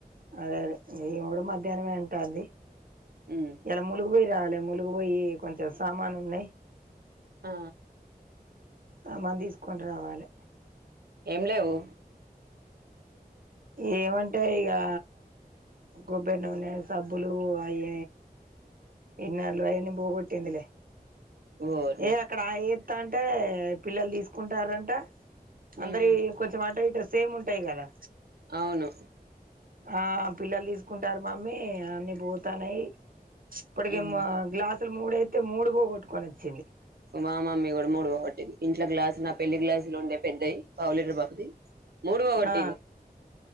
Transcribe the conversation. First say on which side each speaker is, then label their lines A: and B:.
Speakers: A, on the right; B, on the right.
A: అదే అదే ఈమె కూడా మధ్యాహ్నమే అంటాంది.
B: ఉమ్
A: ఇయాల ములుగు పోయి రావాలి ములుగు వోయ్ కొంచెం సామాను ఉన్నాయ్
B: ఆ
A: సామాను తీసుకొని రావాలి
B: ఏం లేవు
A: ఏమంటే ఇగా కొబ్బరి నూనె సబ్బులు అవి ఇన్నర్ లు అవన్ని పోగొట్టింది ట్టిందిలే
B: ఓర్ని
A: ఏ అక్కడ ఏ అంటే పిల్లలు తీసుకుంటారంట
B: ఉమ్
A: అందరివి కొంచెం ఆటో ఇటో సేమ్ ఉంటాయి కదా
B: అవును
A: ఆ పిల్లలు తీసుకుంటారు మమ్మీ అన్ని పోతానయి ఇప్పటికేమో
B: ఉమ్
A: గ్లాస్ మూడు అయితే మూడు పోగొట్టుకొని వచ్చింది
B: మా మమ్మీ కూడా మూడు పోగొట్టింది ఇంట్ల గ్లాసు నా పెళ్లి గ్లాసులు ఉండే పెద్దయ్ పావులిటర్ బాపతీ మూడు వొగొట్టింది
A: ఆ